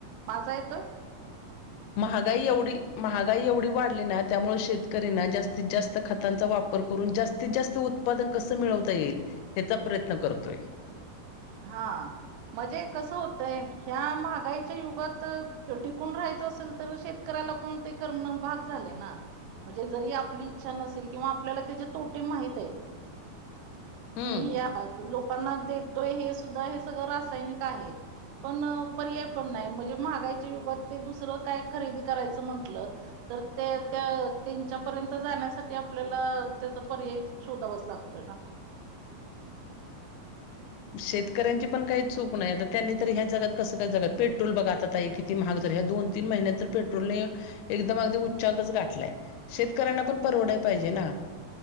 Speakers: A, on the right (about 85°); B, on the left (about 85°).
A: माझा येतोय?
B: महागाई एवढी महागाई एवढी वाढली ना त्यामुळ शेतकरीना जास्तीत जास्त खातांचा वापर करून जास्तीत जास्त उत्पादन कस मिळवता येईल ह्याचा प्रयत्न करतोय.
A: हां म्हणजे कस होतय ह्या महागाईच्या युगात टिकून राहायच असेल तर शेत शेतकऱ्याला पण ते करण भाग झाले ना म्हणजे जरी आपली इच्छा नसेल किंवा आपल्याला त्याचे तोटे माहित आहेत.
B: हम्म.
A: किया लोकांना देतोय. हे सुद्धा हे सगळं रासायनिक आहे पण पर्याय पण नाही. म्हणजे महागाईच्या युगात ते दुसर काय खरेदी करायचं म्हटलं! तर ते त्यांच्या पर्यंत जाण्यासाठी आपल्याला त्याचा पर्याय शोधावाच लागतोय ना!
B: शेतकऱ्यांची पण काही चूक नाही. आता त्यांनी तर ह्या जगात कसं! काय जग पेट्रोल बघा आता ताई कि ती महाग झाली ह्या दोन तीन महिन्यात तर पेट्रोलने एकदम अगदी उच्चांअंकच गाठलाय. शेतकऱ्यांना पण परवडाया पाहिजे ना!